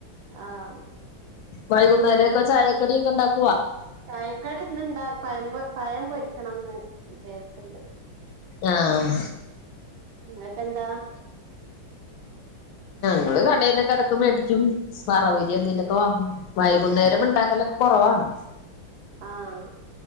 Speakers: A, on the right; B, on the left.
A: ആഹ്
B: വൈകുന്നേര ക്ക ചായക്കടി ഒക്ക ണ്ടാക്
A: ചായക്കടി ന്ന് ണ്ടാ പയമ്പൊ പഴം പൊര്ക്കണംന്ന് വിചാര്ക്ക്‌ണ്ട്
B: ആഹ്
A: ങ്ങ ക്കെന്താ
B: ങ്ങള് കടേന്നൊക്ക എടക്ക്‌ മേട്ക്കും സറവരി എന്തേലൊക്കെ വാങ്ങും വൈ വകുന്നേരം ഉണ്ടാക്കലൊക്കെ കൊ റവാണ്
A: ആഹ്